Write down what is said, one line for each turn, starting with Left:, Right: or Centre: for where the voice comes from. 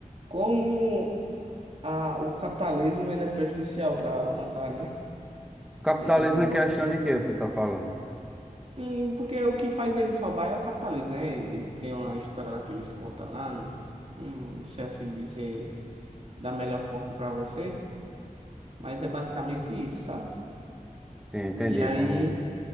Right: como a, o capitalismo ele é prejudicial para a humanidade, né?
Centre: Capitalismo
Right: E tudo mais.
Centre: em questão de que você tá falando?
Right: Hum, porque o que faz eles roubar é o capitalismo, né? Eles têm uma história lá que eles contam lá, hum, não sei assim dizer da melhor forma para você, mas é basicamente isso, sabe?
Centre: Sim, entender
Right: E aí,
Centre: como